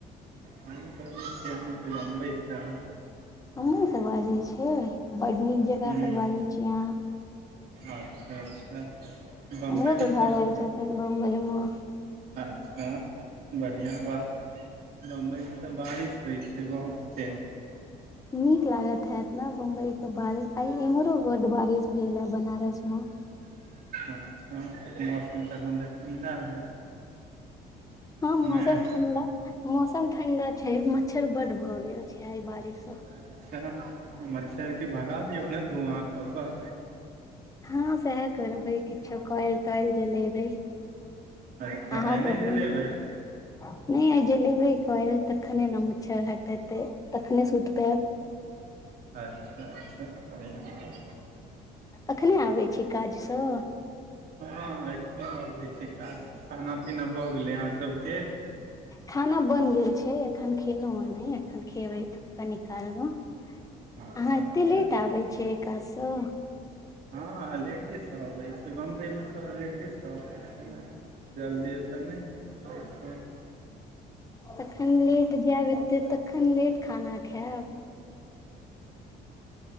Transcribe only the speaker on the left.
बम्बे से बाजै छियै बड नीक
जगह से बाजै छियै अहाँ।
हमरो दुल्हा
रहै छथिन बम्बइमे।
नीक लागत हैत न बम्बई के बारिश आइ एम्हरो बड बारिश भेले बनारसमे।
हँ मौसम
ठण्डा, मौसम ठंडा छै मच्छर बड भए गेल छै एहि बारिश सं।
हँ सैह करबै किछो कायल तोयल जलेबै।
अहाँ
कहु,
नहि आइ जलेबे कायल तखने न मच्छर हटतै। त तखने सुति पायब।
अखने आबै छी काजसँ।
खाना बन गेल छै एखन खेलहुँ ह नहि। एखन खेबै थुप कनिकाल मे।
अहां एत्ते
लेट आबै छियै एइ काज सऽ।
तखन लेट जायब एते तखन लेट खाना खाएब?